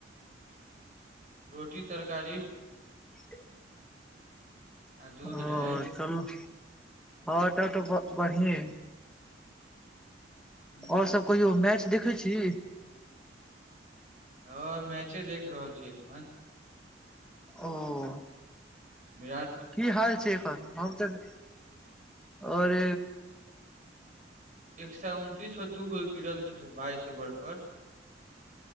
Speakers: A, on the right; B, in the centre.
A: रोटी तरकार
B: <inaudible>
A: आ दूध
B: हँ
A: रहै
B: चलू हँ टट बढ़ि
A: हूँ
B: आओर सब कहियौ मैच देखै छ
A: ह मैचे देख रहल छीय एख
B: ओ
A: बिरा
B: की हाल छै एन अर
A: एक सए उनतीस पर दू गो गिरल छै बाइस ओवर प